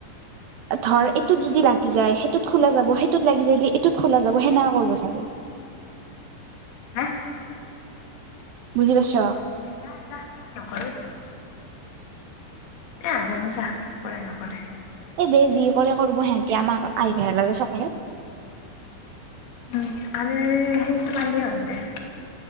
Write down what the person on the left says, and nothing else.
হা।
না না নকৰেই। এহ জানো চা কৰেই নকৰে।
উম আৰু সেইৰিতো পালিয়ে অন্তে।